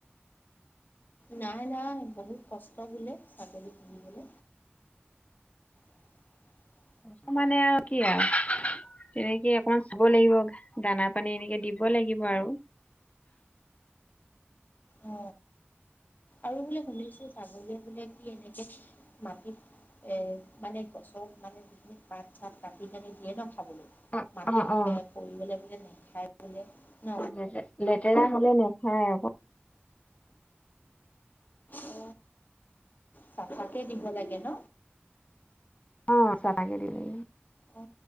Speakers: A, on the left (about 45°); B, on the left (about 35°).
A: নাই নাই বহুত কষ্ট বোলে ছাগলী পুহিবলে। <inaudible>
B: কষ্ট মানে আও কি আও। তেনেকে অকমান চাব লাগিব দানা পানী এনেকে দিব লাগিব আৰু।
A: অ আৰু বোলে শুনিছো ছাগলীয়ে বোলে কি এনেকে মাটিত এ মানে গছৰ মানে যিখিনি পাত চাত কাটি কানি দিয়ে ন খাবলৈ
B: অ',
A: মাটিত
B: অ', অ',
A: পৰি গ'লে বোলে নাখায় বোলে ন?
B: লেত লেতেৰা হ'লে নাখায় আক।
A: অ চাফাকে দিব লাগে ন?
B: অ চাফাকে দিব লাগে।
A: অ